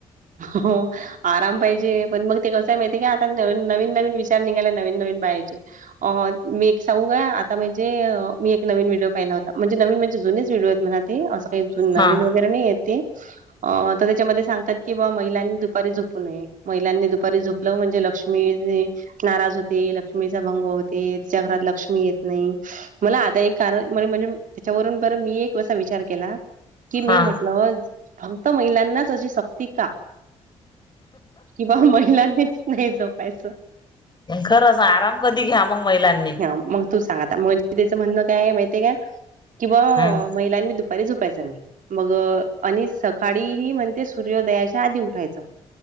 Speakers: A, on the right; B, on the left.
A: हो <unintelligible> आराम पाहिजे पण मग ते कसं माहितीय का, आता नवीन नवीन विचार निघाला, नवीन नवीन पाहायचे. मी एक सांगू काय, आता म्हणजे मी एक नवीन व्हिडिओ पाहिला होता. म्हणजे नवीन म्हणजे जुनेच व्हिडिओ आहेत म्हणा ते असं काही नवीन
B: हा
A: वगैरे नाही येत ते. अ तर त्याच्यामध्ये सांगतात. की बा महिलांनी दुपारी झोपू नये महिलांनी दुपारी झोप ल. म्हणजे लक्ष्मी <unintelligible> नाराज होते, लक्ष्मीचा भंग होते. तिच्या घरात लक्ष्मी येत नाही. मला आता एक कारण म्हणजे, त्याच्यावरून बरं मी एक असा विचार केला? कि मी
B: हा
A: म्हटलं, फक्त महिलांनाच अशी सक्ती का? कि वा महिलांनीच नाही झोपायचं.
B: खरं सा आराम कधी घ्या, मग महिलांनी.
A: हा मग तू सांगाता मग त्याचं म्हणणं काय आहे, माहितीय काय? किंवा
B: हम्म
A: महिलांनी दुपारी झोपायच नाही, मग आणी ज सकाळी हि म्हणजे, सूर्योदयाच्या आधी उठायचं.